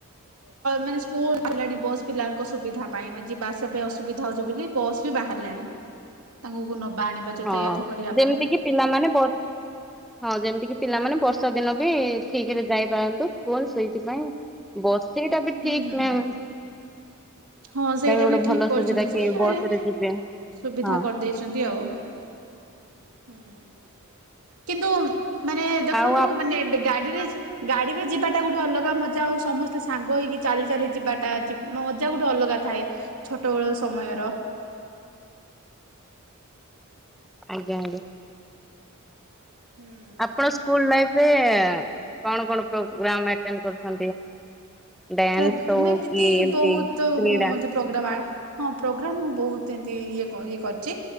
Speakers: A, on the right; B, in the centre.
A: ମାନେ ସ୍କୁଲ ହେଲାଣି ବସ୍ ପିଲାଙ୍କ ସୁବିଧା ପାଇଁ ବାସ ପାଇଁ ଅସୁବିଧା ହଉଛି ବୋଲି ପସ୍ ବି ବାହାରିଲାଣି ତାଙ୍କୁକୁ ନେବା ଆଣିବା ଯତାୟାତ
B: ହଁ
A: କରିବା
B: ଯେମିତି
A: ପାଇଁ।
B: କିି ପିଲାମାନେ ହଁ ଯେମିତି କିି ପିଲାମାନେ ବର୍ଷା ଦିନ ବି ଠିକ ରେ ଯାଇପାରନ୍ତୁ ସ୍କୁଲ ସେଇଥିପାଇଁ ବସେଇଟା ବି ଠିକ
A: ହୁଁ ହୁଁ
B: ମ୍ୟାମ୍
A: ହୁଁ। ହଁ ସେଇଟା
B: ଗୋଟେ
A: ବି ଠିକ
B: ଭଲ
A: କରିଛନ୍ତି
B: ସୁବିଧା
A: ଯେ
B: କି
A: ସୋରେ
B: ବସ ରେ ଯିବେ
A: ସୁବିଧା
B: ହଁ
A: କରିଦେଇ ଅଛନ୍ତି ଆଉ ହୁଁ। କିନ୍ତୁ ମାନେ ଦେଖନ୍ତୁ
B: ଆଉ
A: ମାନେ ଗାଡିରେ ଗାଡ଼ିରେ ଯିବାଟା ଗୋଟେ ଅଲଗା ମଜା ଆଉ ସମସ୍ତେ ସାଙ୍ଗ ହୋଇକି ଚାଲି ଚାଲି ଯିବାଟା ମଜା ଗୋଟେ ଅଲଗା ଥାଏ। ଛୋଟବେଳ ସମୟ।
B: ଆଜ୍ଞା।
A: ହୁଁ।
B: ଆପଣ ସ୍କୁଲ ଲାଇ କଣ କଣ ପ୍ରୋଗ୍ରମ୍ କର? ଡ୍ୟାନ୍ସ
A: ପ୍ରୋଗ୍ରାମ
B: ହଉ
A: ଏମିତି
B: କି ଏମତି
A: ବହୁତ
B: କ୍ରୀଡ଼ା
A: ମୁଁ ଏମିତି ପ୍ରୋଗ୍ରାମ ହଁ ପ୍ରୋଗ୍ରାମ ମୁଁ ବହୁତ ଏମତି ଇଏ ଇଏ କରିଛି।